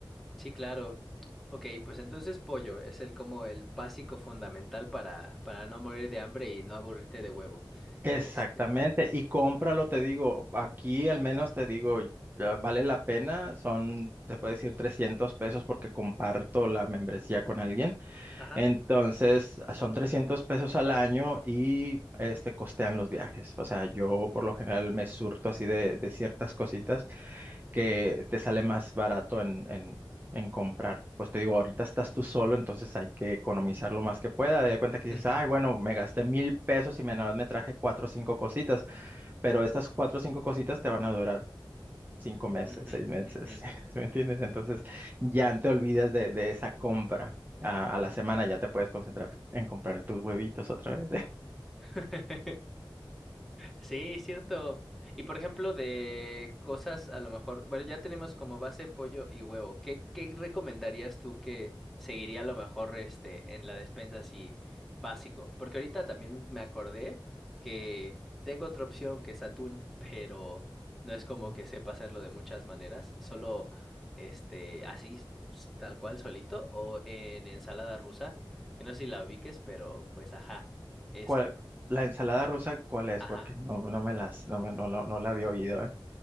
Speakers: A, in the centre; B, on the right (about 25°).
A: Sí, claro. Ok, pues entonces pollo es el como el básico fundamental para, para no morir de hambre y no aburrirte de huevo.
B: Exactamente,
A: Este.
B: y cómpralo, te digo, aquí al menos te digo, ya vale la pena, son, te puedo decir 300 pesos porque comparto la membresía con alguien,
A: Ajá.
B: entonces son 300 pesos al año y este costean los viajes, o sea, yo por lo general me surto así de, de ciertas cositas que te sale más barato en, en, en comprar. Pues te digo, ahorita estás tú solo, entonces hay que economizar lo más que pueda. De cuenta que
A: ujú,
B: dices, ay, bueno, me gasté mil pesos y me, nada más me traje cuatro o cinco cositas, pero estas cuatro o cinco cositas te van a durar cinco meses,
A: ujú,
B: seis meses,
A: ujú.
B: <laughs> ¿sí me entiendes? Entonces ya te olvidas de, de esa compra. A, a la semana ya te puedes concentrar en comprar tus huevitos otra vez.
A: <laughs> Sí, es cierto. Y por ejemplo, de cosas a lo mejor, bueno, ya tenemos como base pollo y huevo. ¿Qué, qué recomendarías tú que seguiría a lo mejor este en la despensa así básico? Porque ahorita también me acordé que tengo otra opción que es atún, <laughs> pero no es como
B: <laughs>
A: que sepa hacerlo de muchas maneras, solo este así s- tal cual solito o en ensalada rusa, que no sé si la ubiques, pero pues ajá, esa.
B: ¿Cuál- la ensalada rusa, ¿cuál es?
A: Ajá.
B: Porque no, no me las, no, me- no, no, no la había oído, ¿eh?